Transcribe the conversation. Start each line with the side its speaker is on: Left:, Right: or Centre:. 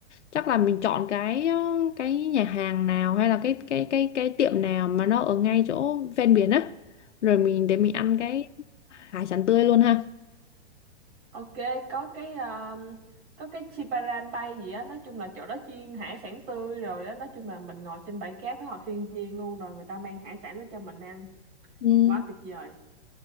Left: chắc là mình chọn cái ờ, cái nhà hàng nào hay là cái cái cái cái tiệm nào mà nó ở ngay chỗ ven biển á rồi mình để mình ăn cái hải sản tươi luôn ha
Right: ok có cái ờ, có cái Chiparan Bay gì á nói chung là chỗ đó chuyên hải sản tươi rồi á nói chung là mình ngồi trên bãi cát rất là thiên nhiên luôn rồi người ta mang hải sản đó cho mình ăn
Left: ừ.
Right: quá tuyệt vời